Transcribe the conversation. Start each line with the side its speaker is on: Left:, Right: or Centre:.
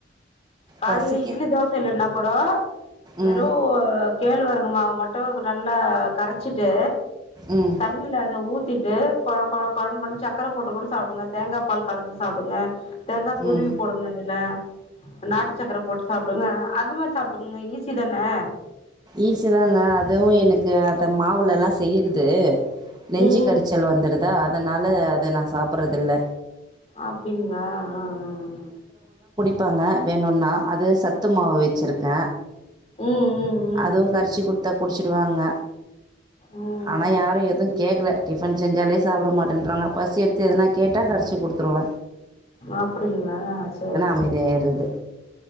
Left: காலைல
Right: பசிக்க
Left: இட்லி தோசை இல்லன்னா கூட வெறு
Right: ம்
Left: கேழ்வரகு மாவு மட்டு நல்ல கரைச்சிட்டு
Right: ம்
Left: தண்ணில அத ஊத்திட்டு கொழ கொழ கொழனு போனோன சக்கர போட்டு கூட சாப்பிடுங்க தேங்கா பால் கலந்து சாப்டுங்க தேங்கா துருவி
Right: ம்
Left: போடுங்க இதுல நாட்டு சக்கர போட்டு சாப்டுங்க அந்த மாரி சாப்பிட்டுக்கங்க ஈசிதானே
Right: ஈசிதாங்க அதுவு எனக்கு அத மாவுல எல்லா செய்யறது நெஞ்சு
Left: ம்
Right: கரிச்சல் வந்துருதா அத் அதனால அத நா சாப்பறதில்ல
Left: அப்டிங்ளா ஆஹ்ஹா ஹா
Right: ப்பாங்க வேணுனா அது சத்து மாவு வச்சுருக்க.
Left: ம் ம்
Right: அதுவு
Left: ம்
Right: கரச்சு குடுத்தா குடிச்சிடுவாங்க
Left: ம்
Right: ஆனா யாரு எதும் கேக்கல டிஃபன் செஞ்சாலே சாப்ட மாட்டேன்றாங்க, பசி எடுத்து எதனா கேட்டா கரச்சி குடுத்ருவ.
Left: அப்டிங்ளா செரி செரி
Right: அமைதியாயிடுறது